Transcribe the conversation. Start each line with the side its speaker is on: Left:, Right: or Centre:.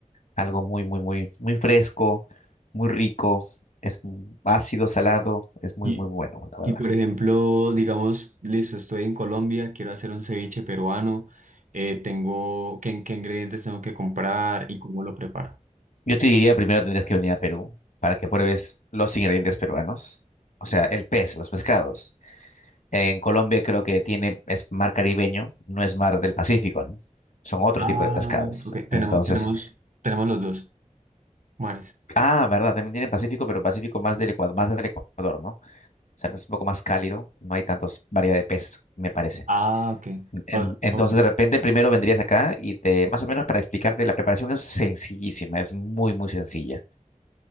Left: Algo muy, muy, muy, muy fresco, muy rico. Es ácido, salado. Es muy,
Right: Y,
Left: muy bueno, la
Right: y
Left: verdad.
Right: por ejemplo, digamos, listo, estoy en Colombia, quiero hacer un ceviche peruano, eh, tengo, ¿qué, qué ingredientes tengo que comprar y cómo lo preparo?
Left: Yo te diría primero tendrías que venir a Perú para que pruebes los ingredientes peruanos, o sea, el pez, los pescados. En Colombia creo que tiene, es mar caribeño, no es mar del Pacífico, ¿no? Son otro
Right: Ah,
Left: tipo de pescados.
Right: ok, tenemos,
Left: Entonces,
Right: tenemos, tenemos los dos mares.
Left: ah, verdad, también tienen Pacífico, pero Pacífico más del Ecuador, más del Ecuador, ¿no? O sea, no es un poco más cálido, no hay tantos variedad de peces, me parece.
Right: Ah, ok.
Left: En-
Right: Ah,
Left: entonces,
Right: ok.
Left: de repente, primero vendrías acá y te, más o menos para explicarte, la preparación es sencillísima, es muy, muy sencilla.